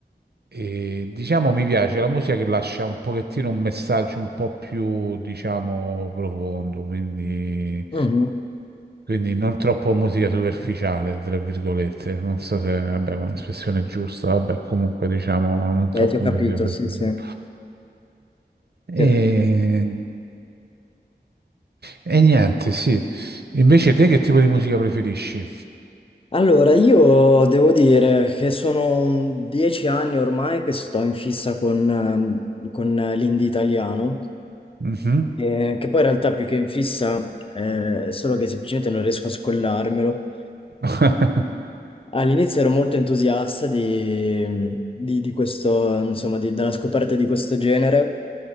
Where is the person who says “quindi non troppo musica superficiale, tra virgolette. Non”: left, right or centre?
Right